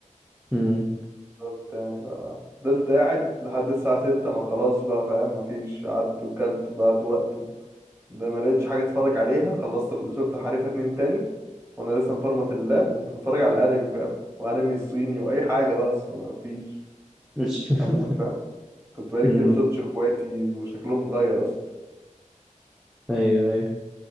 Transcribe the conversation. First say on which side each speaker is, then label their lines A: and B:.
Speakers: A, in the centre; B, on the right.
A: امم
B: بالظبط يعني ف فضلت قاعد لحد الساعة ستة ما خلاص بقى فاهم مفيش قعدت وكلت وضيعت وقت ده ما لقيتش حاجه اتفرج عليها خلصت شفت حريفه اتنين تاني وانا لسه مفرمط اللاب قمت بتفرج على انمي فاهم وانمي الصيني واي حاجه بقى اصلا ما فيش
A: <laughs>
B: هموت فاهم كنت بقالي
A: امم
B: كتير ما شفتش اخواتي وشكلهم اتغير اصلا
A: ايوه ايوه